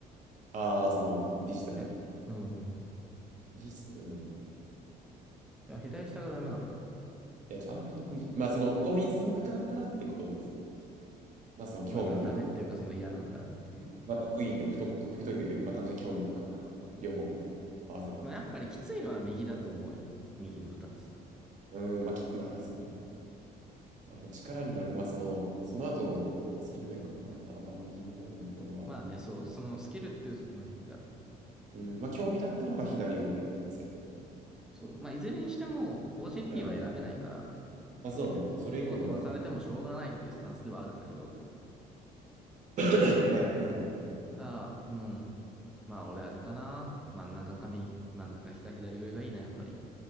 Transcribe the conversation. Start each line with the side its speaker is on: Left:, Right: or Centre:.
Right: ああ、その、デジタル。
Centre: え、うんうん。
Right: デジ、うん。
Centre: いや左下がダメなんだ。
Right: や、ちょっとあんまり得意。まあ、その、この5つつの中だったらってことですね。まあ、その興味というか、
Centre: まあだ、ダメっていうかその嫌なんだっていう。
Right: まあ、得意と、不得、得意不得意というか、まあ、単純に興味というか、両方合わせて。
Centre: まあ、やっぱりきついのは右だと思うよ。右の二つ。
Right: うーん、まあ、き、まあ、そうね。まあ、でも力になる。まあ、その、その後の、こう、スキル面考えたら、まあ、右の方でも、俺は、
Centre: まあね、そう、そのスキルっていう側面で見たら。
Right: うん、まあ、興味だったら、まあ、左上ですけど。
Centre: そう。まあ、いずれにしても OJT
Right: うん。
Centre: は選べないから、
Right: まあ、そうね。まあ、それ以降のまた、
Centre: どこ飛ばされてもしょうがないっていうスタンスではあるんだけど。
Right: <coughs> はい。うん。
Centre: ただ、うん。まあ、俺あれかな。真ん中かみ真ん中か左上がいいな、やっぱり。